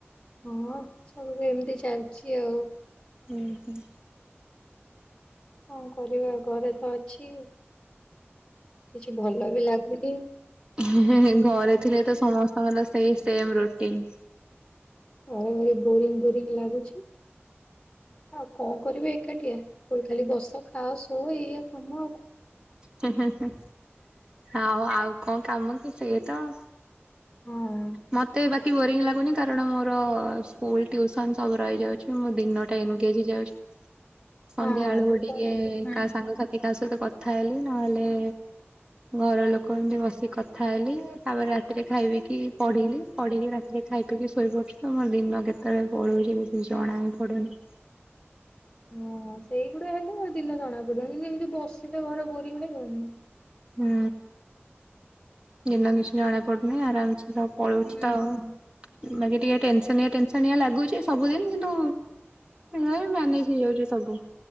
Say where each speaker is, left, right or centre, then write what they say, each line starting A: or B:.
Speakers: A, on the left; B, on the right.
A: ହଁ ସବୁ ଏମତି ଚାଲଛି ଆଉ।
B: ହୁଁ ହୁଁ।
A: କଣ କରିବା ଘରେ ତ ଅଛି କିଛି ଭଲ ବି ଲାଗୁନି।
B: ହେଁ ହେଁ ହେଁ ଘରେ ଥିଲେ ତ ସମସ୍ତଙ୍କର ସେଇ ସେମ୍ ରୋଟିନ୍।
A: ଘରେ ଭାରି ବୋରିଙ୍ଗ୍ ବୋରିଙ୍ଗ୍ ଲାଗୁଛି। ଆଉ କଣ କରିବେ ଏକାଟିଆ କୋଉଠି ଖାଲି ବସ ଖାଅ ସୁଅ ଏଇଆ କାମ ଆଉ କ।
B: ହୁଁ ହୁଁ ହୁଁ ଆଉ ଆଉ କଣ କାମ କି ସେଇଆ ତ।
A: ହୁଁ।
B: ମତେ ବାକି ବୋରିଂ ଲାଗୁନି କାରଣ ମୋର ସ୍କୁଲ ଟୁସନ ସବୁ ରହିଯାଉଛି ମୁଁ ଦିନ ଟା ଏନ୍ଗେଜ୍ ହେଇ ଯାଉଛି।
A: <inaudible>
B: ସନ୍ଧ୍ୟା
A: ହଁ
B: ବେଳୁ କୁ
A: ସେଇଟା
B: ଟିକେ
A: କଣ
B: କାହା ସାଙ୍ଗସାଥି କାହା ସହିତ କଥା ହେଲି ନହେଲେ। ଘର ଲୋକ ଏମତି ବସି କଥା ହେଲି ତାପରେ ରାତିରେ ଖାଇବି। କି ପଢିଲି ପଢିକି ରାତିରେ ଖାଇ ପିଇକି ଶୋଇପଡୁଛି ତ ମୋ ଦିନ କେତେବେଳେ ପଳଉଛି କିଛି ଜଣା ହି ପଡୁନି।
A: ହଁ ସେଇଗୁଡା ହେଲେ ଦିନ ଜଣା ପଡିବନି କିନ୍ତୁ ଏମିତି ବସିଲେ ଘର ବୋରିଂ ଲାଗିବନି।
B: ହୁଁ ଦିନ କିଛି ଜଣା ପଡୁନି ଆରାମସେ ପଳଉଛି
A: ହୁଁ ହୁଁ।
B: ତ ଆଉ ମାନେ ଟିକେ ଟେନସନିଆ ଟେନ୍‌ସନିଆ ଲାଗୁଛି ସବୁଦିନ୍ କିନ୍ତୁ। ନାଇଁ ମ୍ୟାନେଜ୍ ହେଇଯାଉଛି ସବୁ